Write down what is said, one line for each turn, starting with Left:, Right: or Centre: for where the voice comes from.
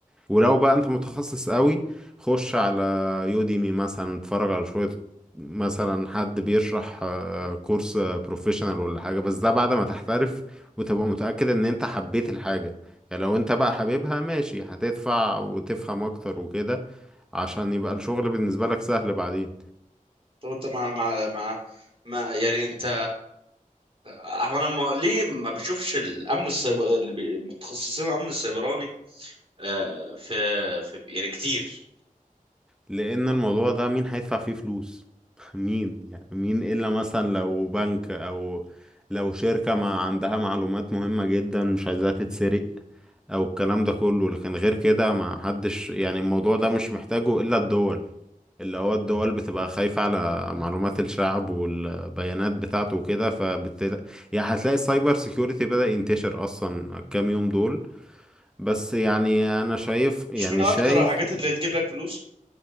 Centre: ولو بقى انت متخصص قوي خش على يوديمي مثلا اتفرج على شوية مثلا حد بيشرح آه، كورس بروفيشنال ولا حاجة بس ده بعد ما تحترف وتبقى متأكد ان انت حبيت الحاجة يعني لو انت بقى حبيبها ماشي هتدفع وتفهم اكتر وكده عشان يبقى الشغل بالنسبة لك سهل بعدين
Right: طب انت مع مع مع ما يعني انت هو انا ما... ليه ما بشوفش الامن السيبر اللي بي- متخصصين الامن السيبراني آه في... في يعني كتير
Centre: لان الموضوع ده مين هيدفع فيه فلوس <laughs> مين يعني مين الا مثلا لو بنك او لو شركة ما عندها معلومات مهمة جدا مش عايزاها تتسرق او الكلام ده كله لكن غير كده ما حدش يعني الموضوع ده مش محتاجه الا الدول اللي هو الدول بتبقى خايفة على معلومات الشعب والبيانات بتاعته وكده فبت يعني هتلاقي السايبر سيكيورتي بدأ ينتشر أصلا الكام يوم دول بس يعني أنا شايف يعني
Right: مش من اكتر
Centre: شايف
Right: الحاجات اللي تجيب لك فلوس